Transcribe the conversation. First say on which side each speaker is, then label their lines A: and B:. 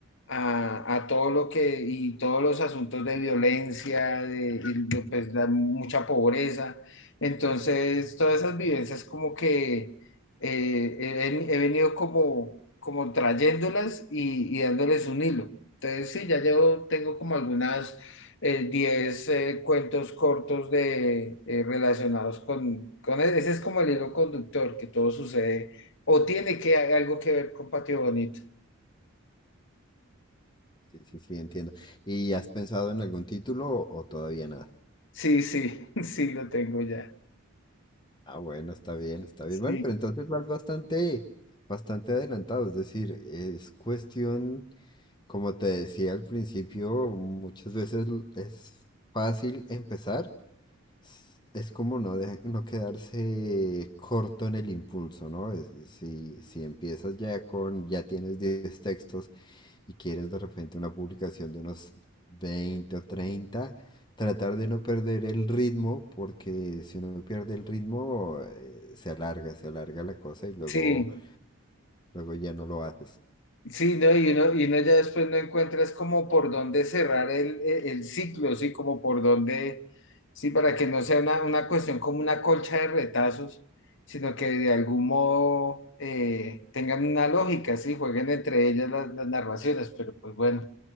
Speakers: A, on the left; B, on the left.
A: a, a todo lo que y todos los asuntos de violencia, de, y de, pues, la mucha pobreza. Entonces, todas esas vivencias como que eh, he, he venido como, como trayéndolas y, y dándoles un hilo. Entonces, sí, ya llevo, tengo como algunas eh, 10 eh, cuentos cortos de, eh, relacionados con, con e- ese es como el hilo conductor que todo sucede o tiene que algo que ver con Patio Bonito.
B: Sí, sí, sí, entiendo. ¿Y has pensado en algún título o o todavía nada?
A: Sí, sí, <laughs> sí lo tengo ya.
B: Ah, bueno, está bien, está bien.
A: Sí,
B: Bueno, pero entonces vas bastante, bastante adelantado, es decir, es cuestión... Como te decía al principio, muchas veces l- es fácil empezar. s- Es como no, de- no quedarse corto en el impulso, ¿no? Es- si, si empiezas ya con, ya tienes 10 textos y quieres de repente una publicación de unos veinte o treinta tratar de no perder el ritmo, porque si uno pierde el ritmo, eh, se alarga, se alarga la cosa y luego,
A: sí,
B: luego ya no lo haces.
A: Sí, ¿no? Y uno, y uno ya después no encuentras como por dónde cerrar el, e- el ciclo, sí, como por dónde, sí, para que no sea una, una cuestión como una colcha de retazos, sino que de algún modo eh, tengan una lógica, sí, jueguen entre ellas las, las narraciones, pero pues bueno,